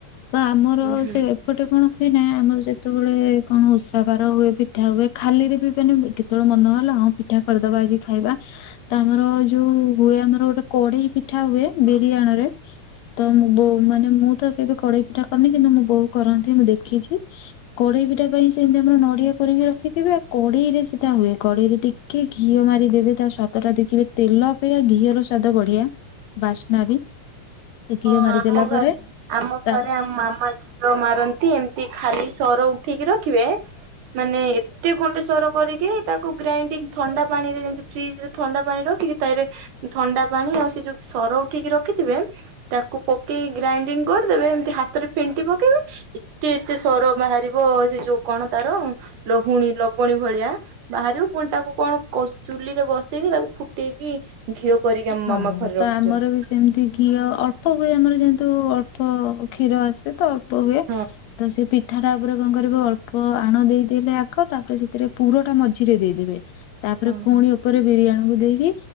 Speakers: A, on the left; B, on the right.
A: ତ ଆମର
B: ହୁଁ
A: ସେ ଏପଟେ କଣ ହୁଏନା ଆମର ଯେତେବେଳେ କଣ ଓଷା ବାର ହୁଏ। ପିଠା ହୁଏ। ଖାଲିରେ ବି ମାନେ କେତେବେଳେ ମନହେଲା ହଁ ପିଠା କରିଦବା ଆଜି ଖାଇବା। ତା ଆମର ଯୋଉ ହୁଏ ଆମର ଗୋଟେ କଡେଇ ପିଠା ହୁଏ। ବିରି ଆଣରେ ତ ମୁ ବୋ ମାନେ ମୁଁ ତ କେବେ କଡେଇ ପିଠା କରିନି କିନ୍ତୁ ମୋ ବୋଉ କରନ୍ତି ମୁଁ ଦେଖିଚି। କଡେଇ ପିଠା ପାଇଁ ସେମିତି ଆମର ନଡିଆ କୋରିକି ରଖିଥିବେ। କଡେଇରେ ସେଇଟା ହୁଏ। କଡେଇରେ ଟିକ୍ କିଏ ଘିଅ ମାରିଦେବେ ତା ସ୍ବାଦ ଟା ଦେଖିବେ ତେଲ ଅପେକ୍ଷା ଘିଅର ସ୍ବାଦ ବଢିଆ। ବାସ୍ନା ବି ଘିଅ
B: ହଁ
A: ମାରିଦେଲା
B: ଆମ ଘରେ
A: ପରେ।
B: ଆମ
A: ତା
B: ଘରେ ଆମ ମାମା ଘିଅ ମାରନ୍ତି। ଏମତି ଖାଲି ସର ଉଠିକି ରଖିବେ। ମାନେ ଏତେ ଖଣ୍ଡେ ସର କରିକି ତାକୁ ଗ୍ରାଇଣ୍ଡିଂ ଥଣ୍ଡା ପାଣିରେ ଯେମିତି ଫ୍ରିଜରେ ଥଣ୍ଡା ପାଣି ରଖିକି ତାଇରେ ଥଣ୍ଡା ପାଣି ଆଉ ସେ ଯୋଉ ସର ଉଠେଇକି ରଖିଥିବେ ତାକୁ ପକେଇ ଗ୍ରାଇଣ୍ଡିଙ୍ଗ କରିଦେବେ ଏମିତି ହାତରେ ଫେଣ୍ଟି ପକେଇବେ ଏତେ ଏତେ ସର ବାହାରିବ ସେ ଯୋଉ କଣ ତାର ଲହୁଣୀ ଲବଣୀ ଭଳିଆ। ବାହାରିବୁ ପୁଣି ତାକୁ କଣ କ ଚୁଲି ରେ ବସେଇକି ତାକୁ ଫୁଟେଇକି ଘିଅ କରିକି ଆମ
A: ହଁ
B: ମାମା ଘରେ
A: ତ
B: ରଖୁଚନ୍ତି।
A: ଆମର ବି ସେମିତି ଘିଅ ଅଳ୍ପ ହୁଏ। ଆମର ଯେହେତୁ ଅଳ୍ପ କ୍ଷୀର ଆସେ ତ ଅଳ୍ପ ହୁଏ
B: ହଁ।
A: ତେଣୁ ସେ ପି ପିଠଟା ଉପରେ କଣ କରିବ ଅଳ୍ପ ଆଣ ଦେଇଦେଇ ଆଗ। ତାପରେ ସେଥିରେ ପୁର ଟା ମଝିରେ ଦେଇଦେବେ ତାପରେ
B: ଓହୋ
A: ପୁଣି ଓପରେ ବିରିଆଣକୁ ଦେଇକି